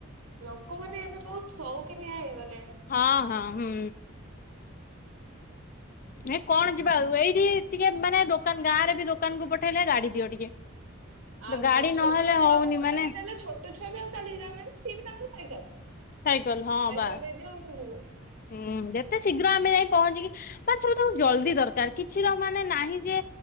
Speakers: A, on the right (about 75°); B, on the left (about 40°).
A: ଲୋକମାନେ ଏବେ ବହୁତ ସୋଉକିନିଆ ହେଇଗଲେଣି।
B: ହଁ ହଁ ହୁଁ। ଏ କଣ ଯିବା ଆଉ ଏଇଠି ଟିକେ ମାନେ ଦୋକାନ ଗାଁରେ ବି ଦୋକାନକୁ ପଠେଇଲେ ଗାଡି ଦିଅ ଟିକେ।
A: ଆଜ୍ଞା
B: ତ ଗାଡି
A: ଛୋଟ
B: ନହେଲେ
A: ଛୁଆକୁ
B: ହଉନି
A: ଗୋଟେ
B: ମାନେ
A: ବି ଦେଲେ ଛୋଟ ଟ ଛୁଆ ବି ଆଉ ଚାଲିକି ଯାଉନାହାନ୍ତି ସିଏ ବି ତାଙ୍କୁ ସାଇକେଲ।
B: ସାଇକେଲ ହଁ
A: ସାଇକେଲ
B: ବାସ୍
A: ଦେଇଦିଅ ଆମେ ଯିବୁ।
B: ହୁଁ ଯେତେ ଶୀଘ୍ର ଆମେ ଯାଇ ପହଞ୍ଚିକି ମାନେ ସବୁ ତାଙ୍କୁ ଜଲଦି ଦରକାର କିଛିର ମାନେ ନାହିଁ ଯେ